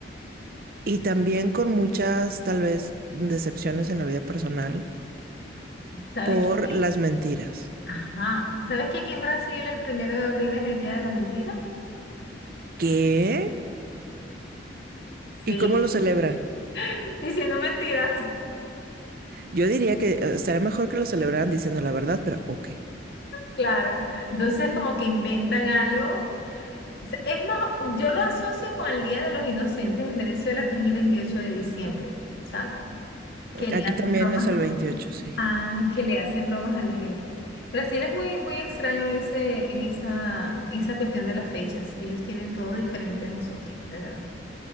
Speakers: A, on the right; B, on the left.
A: y también con muchas tal vez decepciones en la vida personal
B: ¿Sabes
A: por
B: que aquí-
A: las mentiras.
B: Ajá. ¿Sabes que aquí en Brasil el primero de abril es el día de la mentira?
A: ¿Qué?
B: Sí.
A: ¿Y cómo lo celebran?
B: <laughs> Diciendo mentiras.
A: Yo diría que eh, estaría mejor que lo celebraran diciendo la verdad, pero ok.
B: Claro. Entonces como que inventan algo sea, Es más, yo lo asocio con el Día de los Inocentes en Venezuela, que es el 28 de diciembre, ¿sabes? Que le
A: Aquí
B: hacen
A: también
B: bromas
A: es el veintiocho sí.
B: a, que le hacen bromas a la gente. Brasil es muy, muy extraño en ese, en esa, en esa cuestión de las fechas. Ellos tienen todo diferente a nosotros, de verdad.